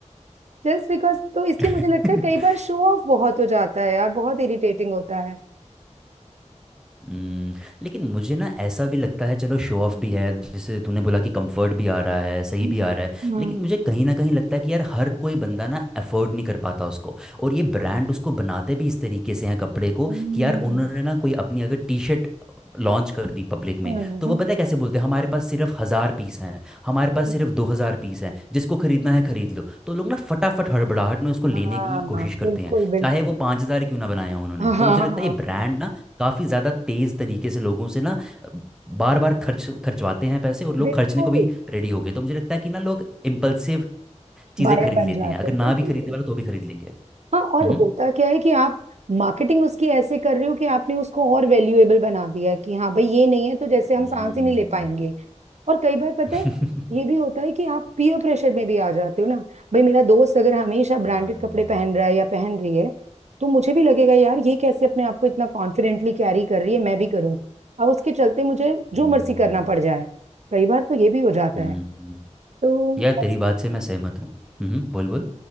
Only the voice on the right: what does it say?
जस्ट बिकॉज तो इसलिए
मुझे लगता है कई बार शो ऑफ बहुत हो जाता है यार बहुत इरिटेटिंग होता है
हम्म
हम्म,
हम्म,
हम्म,
हम्म,
हाँ
बिल्कुल
बिल्कुल
<laughs> हाँ हाँ
हाँ,
बिल्कुल
बायर
बन
जाते
हैं
बिल्कुल
सही।
हाँ और
होता क्या है कि आप मार्केटिंग उसकी ऐसे कर रहे हो कि आपने उसको और वैल्यूएबल बना दिया है कि हाँ भाई ये नहीं है तो जैसे हम
सांस ही नहीं ले पाएंगे और कई बार पता
है ये भी होता है कि आप पीयर प्रेशर में भी आ जाते हो ना भाई मेरा दोस्त अगर हमेशा ब्रांडेड
कपड़े पहन रहा है या पहन रही है तो मुझे भी लगेगा यार ये कैसे अपने आप को इतना कॉन्फिडेंटली कैरी कर रही है मैं भी करूँ अब उसके चलते मुझे जो
मर्जी करना पड़ जाए कई बार तो ये भी हो जाता
है तो
बस